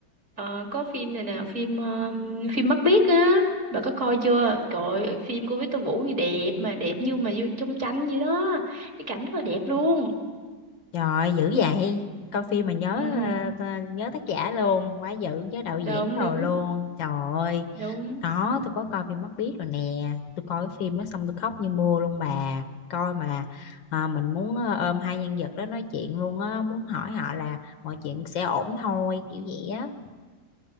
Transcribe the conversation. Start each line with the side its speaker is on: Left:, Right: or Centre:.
Right: ờ, có phim này nè, phim um, phim Mắt Biếc á, bà có coi chưa? Trời ơi, phim của Victor Vũ như đẹp mà đẹp như mà vô trong tranh vậy đó. Cái cảnh rất là đẹp luôn.
Left: Trời dữ vậy. Coi phim mà nhớ
Right: Ừ,
Left: ờ, ta- nhớ tác giả luôn, quá dữ nhớ đạo diễn
Right: đúng
Left: đồ
Right: đúng.
Left: luôn. Trời ơi,
Right: đúng
Left: có tôi có coi phim Mắt Biếc rồi nè. Tôi coi cái phim đó xong tôi khóc như mưa luôn bà. Coi mà à, mình muốn ờ, ôm hai nhân vật đó nói chuyện luôn á, muốn hỏi họ là mọi chuyện sẽ ổn thôi, kiểu vậy á.